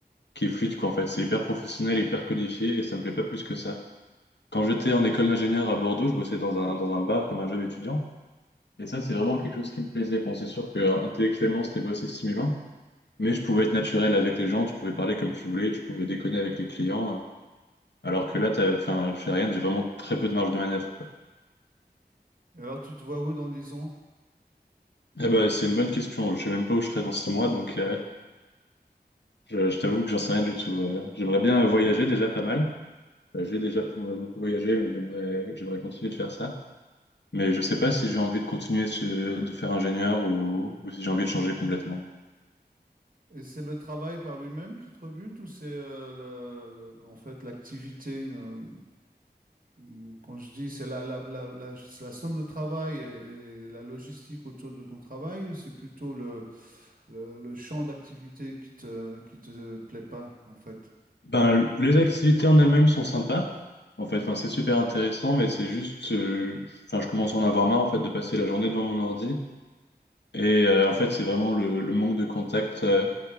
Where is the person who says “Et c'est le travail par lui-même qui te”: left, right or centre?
Right